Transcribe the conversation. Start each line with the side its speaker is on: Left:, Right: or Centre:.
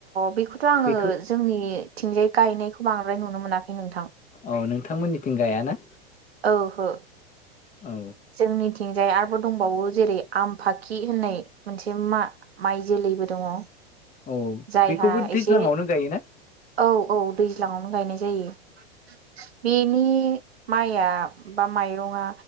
Right: बेखौथ' आङो
Left: बेखौ
Right: जोंनि थिंजाय गायनायखौ बांद्राय नुनो मोनाखै नोंथां।
Left: औ नोंथांमोननिथिं गायाना?
Right: ओहो।
Left: औ
Right: जोंनि थिंजाय आरोबो दंबावो जेरै आमफाखि होननाय मोनसे मा-माइ जोलैबो दङ।
Left: औ
Right: जायहा
Left: बेखौबो
Right: एसे
Left: दैज्लाङावनो गायोना?
Right: औ औ दैज्लाङावनो गायनाय जायो। बेनि माइआ बा माइरंआ